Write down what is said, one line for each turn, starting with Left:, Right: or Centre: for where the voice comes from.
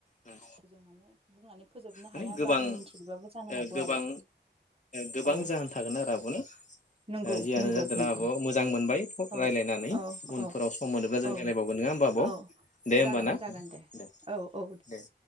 Left: उम
Right: जों माने बुंनानै फोजोबनो
Left: माने
Right: हाया
Left: गोबां
Right: बा जों मिथिजोबाबो जानो
Left: ओ
Right: हागौ
Left: गोबां
Right: आरो
Left: गोबां
Right: औ
Left: जाहोन थागोन आरो आब'नो
Right: नंगौ
Left: ओ जियानो
Right: नंगौ
Left: जादोंला
Right: नंगौ
Left: आब' मोजां मोनबाय फ
Right: औ
Left: रायजलायनानै
Right: औ
Left: उनफोराव
Right: औ
Left: सम मोनोब्ला जों
Right: औ
Left: राय्लायबावगोन नंङा होमबा आब'?
Right: औ
Left: दे
Right: जागोन
Left: होमब ना
Right: जागोन
Left: दे
Right: औ औ
Left: दे